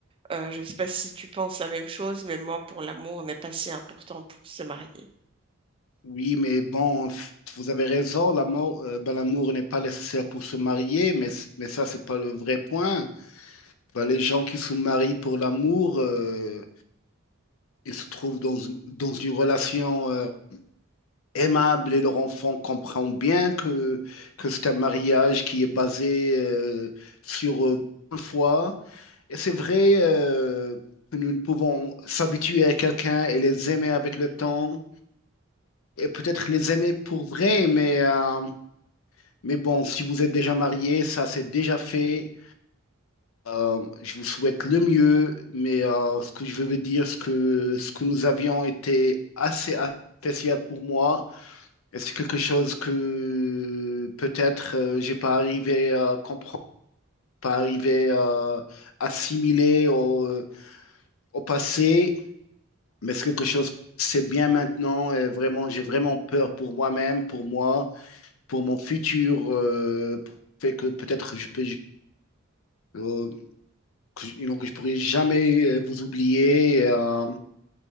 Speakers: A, on the right; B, on the left.
A: Euh, je ne sais pas si tu penses la même chose, mais moi, pour l'amour, n'est pas si important pour se marier.
B: Oui, mais bon, c- vous avez raison, l'amour, euh, ben, l'amour n'est pas nécessaire pour se marier, mais, c- mais ça, c'est pas le vrai point. Ben, les gens qui se marient pour l'amour, euh, ils se trouvent dans, une- dans une relation, euh, aimable et leur enfant comprend bien que, que c'est un mariage qui est basé, euh, sur, euh, bonne foi. Et c'est vrai, euh, que nous ne pouvons s'habituer à quelqu'un et les aimer avec le temps. et peut-être les aimer pour vrai, mais, euh, mais bon, si vous êtes déjà marié, ça c'est déjà fait. Euh, je vous souhaite le mieux, mais euh, ce que je veux vous dire, ce que, ce que nous avions était assez a- spécial pour moi. Et c'est quelque chose que peut-être euh, j'ai pas arrivé à comprendre, pas arrivé à assimiler au, au passé, mais c'est quelque chose que c'est bien maintenant et vraiment, j'ai vraiment peur pour moi-même, pour moi. pour mon futur, euh, fait que peut-être je peux, euh, que, je donc, je pourrais jamais euh, vous oublier. euh,